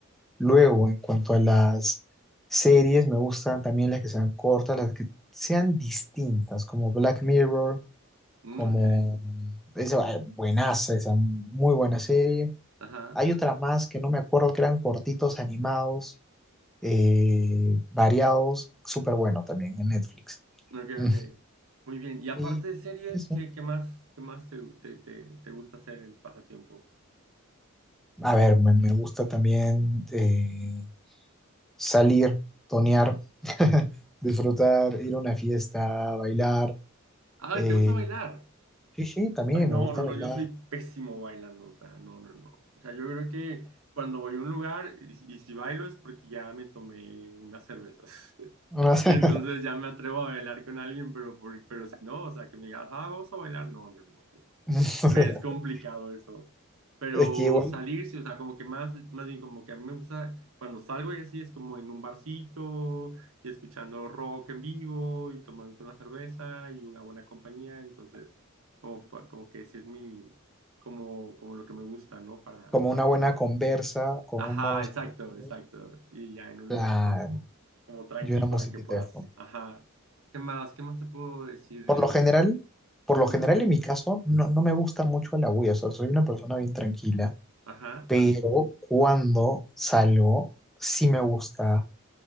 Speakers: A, in the centre; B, on the right.
A: Luego, en cuanto a las series, me gustan también las que sean cortas, las que sean distintas, como Black Mirror,
B: Mm,
A: como...
B: ok.
A: Eso, ah, buenaza, esa muy buena serie.
B: Ajá.
A: Hay otra más que no me acuerdo, que eran cortitos, animados, eh, variados, súper bueno también en Netflix.
B: Ok,
A: Mm.
B: ok. Muy bien. Y aparte
A: Y
B: de series,
A: eso.
B: ¿qué, qué más, qué más te, te, te, te gusta hacer en pasatiempo?
A: A ver, me, me gusta también. eh, salir, tonear, <laughs> disfrutar, ir a una fiesta, bailar.
B: Ah,
A: eh,
B: ¿te gusta bailar?
A: sí, sí, también
B: Ay, no,
A: me gusta
B: no, no,
A: bailar.
B: yo soy pésimo bailando, o sea, no, no, no. O sea, yo creo que cuando voy a un lugar y, y si bailo es porque ya me tomé unas cervezas. <laughs>
A: No no sé.
B: Y entonces ya me atrevo a bailar con alguien, pero, por- pero si no, o sea, que me digas, ah, vamos a bailar, no, no, no.
A: <laughs>
B: Me es complicado eso. Pero
A: Es que igual,
B: salir, sí, o sea, como que más, más bien como que a mí me gusta, cuando salgo y así es como en un barcito y escuchando rock en vivo y tomando una cerveza y una buena compañía. Entonces, como, pa- como que sí es mi, como, como lo que me gusta, ¿no? Para,
A: como
B: para
A: una buena
B: cuando...
A: conversa, con
B: Ajá,
A: unos
B: exacto,
A: traguitos,
B: exacto. Y ya en un
A: claro,
B: lugar como, como tranqui
A: y una
B: para
A: musiquita
B: que puedas,
A: de fondo.
B: ajá. ¿Qué más? ¿Qué más te puedo decir
A: Por
B: de...
A: lo general, por lo
B: Ujú,
A: general en mi caso, no, no me gusta mucho la bulla, o sea, soy una persona bien tranquila,
B: Ajá.
A: pero cuando salgo, sí me gusta